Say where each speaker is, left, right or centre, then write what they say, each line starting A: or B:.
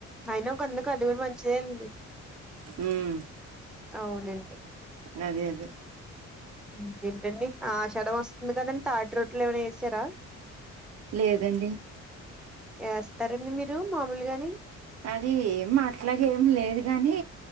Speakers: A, in the centre; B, on the right.
A: అయినా ఒక అందుకు అది కూడా మంచిదే అండి
B: మ్మ్
A: అవునండి
B: అదే అదే
A: ఇకేంటండి ఆషాడం వస్తుంది కదండి తాటి రొట్లు ఏమైనా చేసారా
B: లేదండి
A: వేస్తారండి మీరు మామూలుగాని
B: అది ఏం అట్లగ ఏమి లేదు కాని